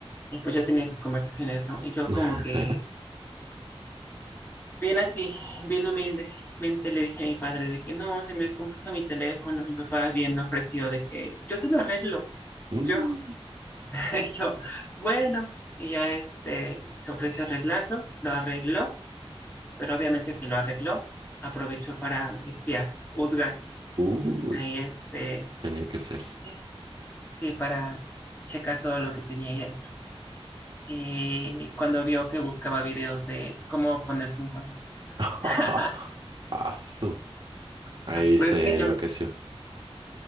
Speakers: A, on the left; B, on the right.
A: y pues yo tenía esas conversaciones, ¿no? Y yo
B: <laughs>
A: como que, bien así, bien humildemente le dije a mi padre de que no, se me descompuso mi teléfono, mi papá bien ofreció de que yo te lo arreglo.
B: Mm.
A: Yo, <laughs> Y yo, bueno, y ya este, se ofreció arreglarlo, lo arregló, pero obviamente que lo arregló, aprovechó para espiar, juzgar,
B: Uy,
A: ahí este,
B: tenía que ser.
A: sí, sí, para checar todo lo que tenía ahí dentro. Y cuando vio que buscaba videos de cómo ponerse un condón.
B: <laughs>
A: <laughs>
B: Asu. Ahí
A: Pero
B: se
A: es que yo,
B: enloqueció.